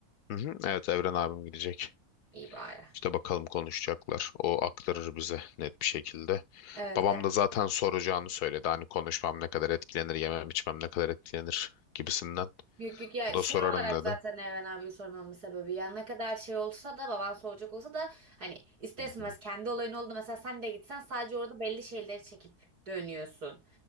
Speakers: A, on the left; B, on the right.
A: Hı hı. Evet Evren abim gidecek.
B: İyi bari.
A: İşte bakalım konuşacaklar. O aktarır bize net bir şekilde.
B: Evet
A: Babam
B: evet.
A: da zaten soracağını söyledi. Hani konuşmam ne kadar etkilenir, yemem içmem ne kadar etkilenir gibisinden.
B: Yok yok ya
A: O da
B: şey
A: sorarım
B: olarak
A: dedi.
B: zaten Evren abi sormamın sebebi ya ne kadar şey olsa da baban soracak olsa da hani ister
A: Hı
B: istemez
A: hı.
B: kendi olayın oldu mesela sen de gitsen sadece orada belli şeyleri çekip dönüyorsun.